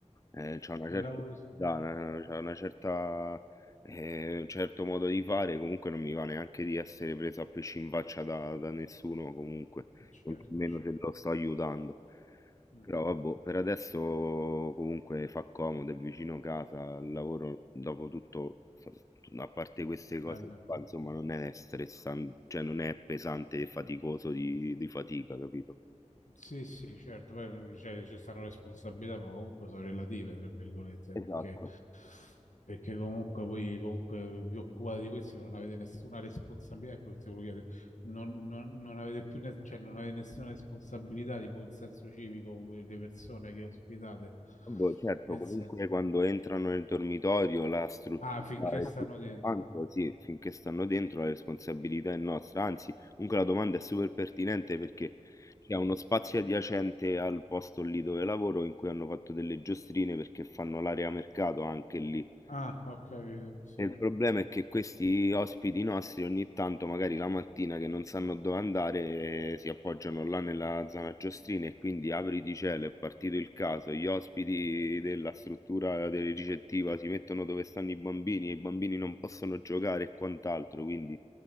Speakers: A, on the left; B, on the left.
A: eh, c'è una
B: È
A: certa,
B: il lavoro, sì,
A: età, una, c'ha una certa, eh, un certo modo di fare, comunque non mi va neanche di essere preso a pesci in faccia da, da nessuno, comunque,
B: è certo,
A: nemmeno
B: è certo.
A: se lo sto aiutando.
B: Mhm.
A: Però vabbè, per adesso comunque fa comodo, è vicino casa, il lavoro dopo tutto, so- a parte queste cose
B: Eh beh,
A: qua, insomma, non è stressante, cioè non è pesante e faticoso di, di fatica, capito?
B: sì, sì, certo, poi cioè, ci stanno responsabilità, ma comunque sono relative, tra virgolette, perché
A: Esatto.
B: Perché comunque voi comunque vi occupate di questi, ma non avete nessuna responsabilità, ecco che se volevo chiedere, non, non- non avete più, ne- cioè non avete nessuna responsabilità, tipo in senso civico, voi, le persone che ospitate,
A: Boh, certo,
B: nel
A: comunque
B: senso,
A: quando entrano nel dormitorio, la struttura
B: ah, finché
A: e
B: stanno
A: tutto
B: dentro.
A: quanto, sì, finché stanno dentro la responsabilità è nostra. Anzi, comunque la domanda è super pertinente perché c'è uno spazio adiacente al posto lì dove lavoro in cui hanno fatto delle giostrine perché fanno l'area mercato anche lì.
B: Ah, ho capito, sì.
A: E il problema è che questi ospiti nostri ogni tanto, magari la mattina che non sanno dove andare, eh, si appoggiano là nella zona Giostrina e quindi apri di cielo, è partito il caso, gli ospiti della struttura del ricettiva si mettono dove stanno i bambini e i bambini non possono giocare e quant'altro, quindi